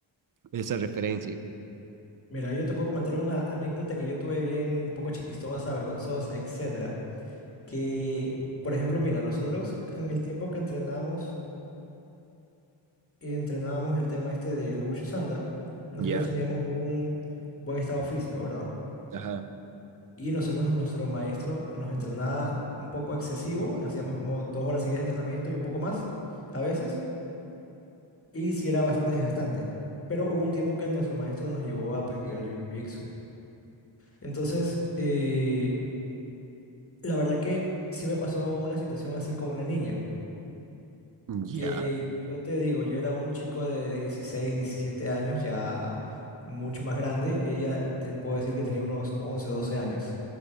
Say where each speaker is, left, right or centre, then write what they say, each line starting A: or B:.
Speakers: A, on the right; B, on the left.
A: esa referencia.
B: Mira, yo te puedo comentar una anécdota que yo tuve bien un poco chistosa, vergonzosa, etcétera. Que, por ejemplo, mira, nosotros en el tiempo que entrenamos, entrenábamos el tema este del Wushu Sanda, nosotros
A: Ya,
B: teníamos un buen estado físico, ¿verdad?
A: ajá,
B: Y nosotros, nuestro maestro nos entrenaba un poco excesivo, hacíamos como dos horas seguidas de entrenamiento y un poco más a veces, y sí era bastante desgastante. Pero hubo un tiempo que nuestro maestro nos llevó a practicar el Jiu-Jitsu. Entonces, eh, La verdad que sí me pasó una situación así con una niña,
A: ya,
B: que yo te digo, yo era un chico de 16 17 años, ya mucho más grande, ella eh, te puedo decir que tenía unos 11 o 12 años,